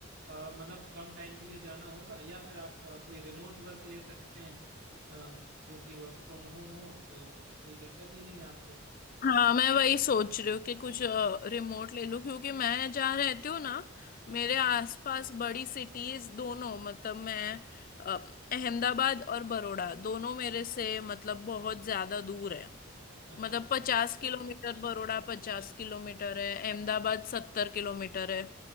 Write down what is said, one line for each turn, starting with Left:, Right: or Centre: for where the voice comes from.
Right: अ, मतलब कम टाइम के लिए जाना होगा या फिर आप अ, कोई रिमोट वर्क ले सकते हैं अ, जो कि वर्क फ्रॉम होम हो तो कोई दिक्कत ही नहीं है आपको
Left: हाँ मैं वही सोच रही हूँ कि कुछ रिमोट ले लूँ क्योंकि मैं जहाँ रहती हूँ ना मेरे आसपास बड़ी सिटीज दोनों मतलब मैं अ, अहमदाबाद और बड़ौदा दोनों मेरे से मतलब बहुत ज्यादा दूर है
Right: अच्छा
Left: मतलब
Right: अच्छा
Left: पचास किलोमीटर बड़ौदा पचास किलोमीटर है अहमदाबाद सत्तर किलोमीटर है